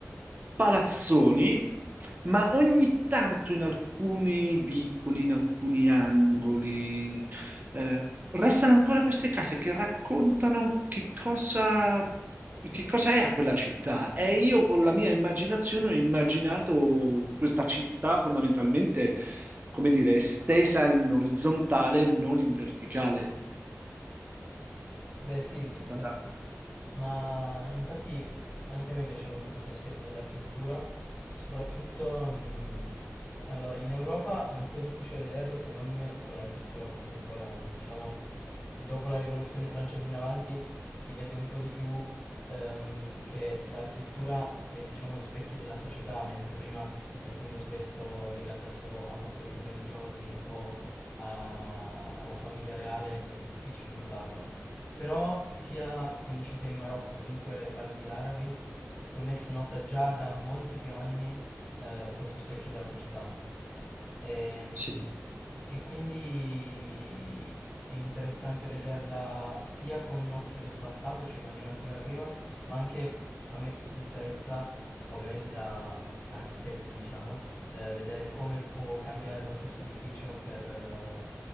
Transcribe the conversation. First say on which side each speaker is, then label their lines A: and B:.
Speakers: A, on the right; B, on the left.
A: palazzoni, ma ogni tanto in alcuni vicoli, in alcuni angoli, eh, restano ancora queste case che raccontano che cosa, che cosa era quella città. E io con la mia immaginazione ho immaginato questa città fondamentalmente, come dire, estesa in orizzontale, non in verticale.
B: Beh, sì,
A: È stata,
B: eh. Ma infatti anche a me piace molto questo aspetto dell'architettura, soprattutto mh, allora in Europa è un po' difficile vederlo se non con l'architettura contemporanea, diciamo dopo la rivoluzione francese in avanti si vede un po' di più ehm, che l'architettura è diciamo lo specchio della società, mentre prima essendo spesso legata solo a fattori religiosi o a- alla famiglia reale è difficile notarlo. Però sia, come dici te, in Marocco, comunque paesi arabi, secondo me si nota già da molti più anni eh, questo specchio della società. Ehm,
A: sì,
B: E, quindi è interessante vederla sia con un occhio del passato, cioè immaginare com'era prima, ma anche a me interessa, ovviamente da architetto, diciamo, eh, vedere come può cambiare lo stesso edificio per eh,